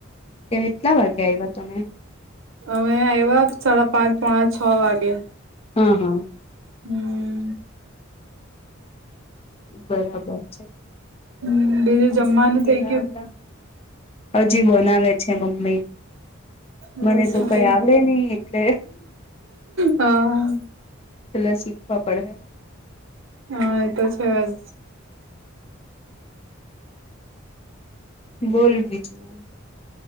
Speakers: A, on the left (about 30°); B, on the right (about 65°).
A: કેટલા વાગે આવ્યા તમે
B: અમે આવ્યા સાડા પાંચ પોણા છ વાગે
A: અ હ
B: હ હ હ
A: બરાબર છે
B: હમ બીજું
A: અમે
B: જમવાનું
A: પણ ગેલા
B: થઇ ગયું
A: હતા. હજી બનાવે છે મમ્મી
B: બસ
A: મને તો
B: મારી
A: કઈ આવડે નહી એટલે
B: હા
A: પેલા શીખવા પડહે
B: હા એતો છે જ.
A: બોલ બીજું.